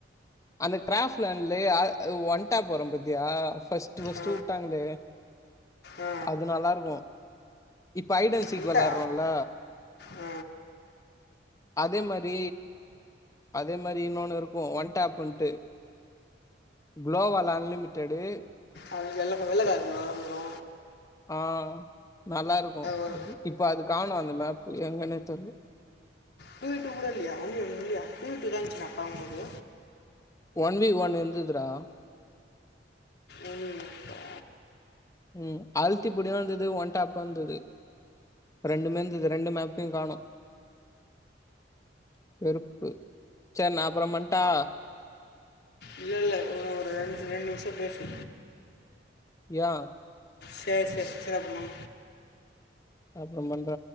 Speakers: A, on the left; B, on the left.
A: அந்த டிராஃப் லைன்லயா ஒன் விட்டா போறோம் பாத்தியா ஃபர்ஸ்ட் ஃபர்ஸ்ட்
B: ஆ
A: உட்டாங்ளே
B: ஆ
A: அது நல்லா இருக்கும் இப்ப ஐடன் சீக்கு
B: வந்துட்டா
A: விளாடுறோம்ல
B: ஆ
A: அதே மாரி அதே மாரி இன்னொன்னு இருக்கும் ஒன்டாப்ன்ட்டு குளோவல் அன்லிமிட்டெடு
B: அதுல வெள்ள கலர் வெள்ளைக்கலர் இருக்கனு வ வந்துடு
A: ஆ நல்லாருக்கும்
B: ஒரு
A: இப்ப அது காணேம் அந்த மேப்பு எங்கனே தெர்ல
B: டுவிட்டு கூட இல்லியா ஒண்ண ஒண்ணும் இல்லையா டுவிட்டு தான் இருந்துச்சு நா பாக்கும்போது
A: ஒன் வி ஒன் இருந்ததுடா
B: ஒன்லி மேப்பா
A: ம் அழுத்திப்புடியாருந்தது ஒன்டாப்பாருந்தது இப்ப ரெண்டுமே இந்த ரெண்டு மேப்பையும் காணோ வெறுப்பு சேர் நா அப்றம் பண்ட்டா
B: இல்ல இல்ல ஒரு ரெண்டு ரெண்டு நிமிஷம் பேசு
A: யா
B: சேர் சேர் சேரி அப்பறமா
A: அப்பறம் பண்ற